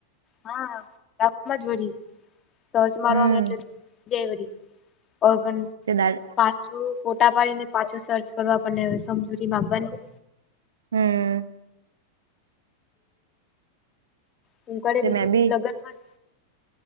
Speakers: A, on the left (about 30°); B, on the right (about 65°).
A: હા રામાં જ સર્ચ મારવાનું
B: હમ
A: એટલે. જયવરી ઓ પણ.
B: તેના.
A: પાછું ફોટા પાડીને પાછું સર્ચ કરવા પણ હ સમજૂરીમાં બને
B: હમ.
A: હમ કે
B: તે
A: બીજું
B: મે બી
A: લગ્ન માં.